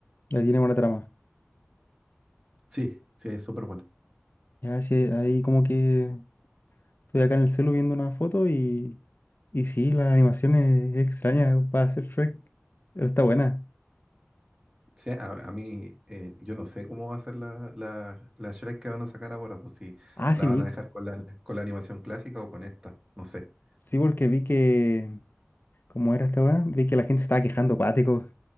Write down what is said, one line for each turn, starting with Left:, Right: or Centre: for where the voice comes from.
Left: ya tiene buena trama.
Right: Sí, sí, es súper bueno.
Left: Ya, sí, ahí como que. Estoy acá en el celu viendo una foto y, y sí, la animación es extraña para hacer Shrek, pero está buena.
Right: Sí, a, a mí, eh, yo no sé cómo va a ser la, la, la Shrek que van a sacar ahora, pues si
Left: Ah,
Right: la
Left: sí,
Right: van
Left: vi,
Right: a dejar con la, con la animación clásica o con esta, no sé.
Left: sí, porque vi que, como era esta weá? Vi que la gente estaba quejando cuático,